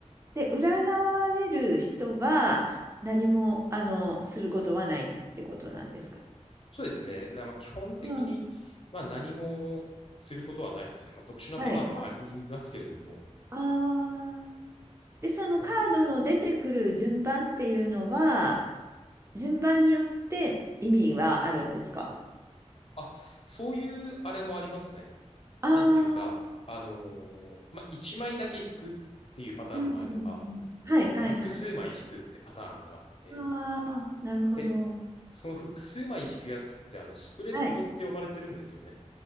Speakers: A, on the right; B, on the left.
A: で、占われる人は何も、あの、することはないってことなんですか。
B: そうですね。な、まあ、基本的に、
A: うん。
B: まあ、何もすることはないですね。まあ、特殊なパターンもありますけれども、
A: はい、はい。ああ。で、そのカードの出てくる順番っていうのは、
B: 基本、
A: 順番によって意味はあるんですか
B: あ、そういうあれもありますね。
A: ああー、
B: なんていうか、あのーまあ、1枚だけ引くっていうパターンもあれば、
A: うんうんうん。はいはいはい。
B: あの、複数枚引くってパターンがあって、
A: ああ、なるほど。
B: で、その複数枚引くやつって、あの、スプレッドって呼ばれてるんですよね。
A: はい。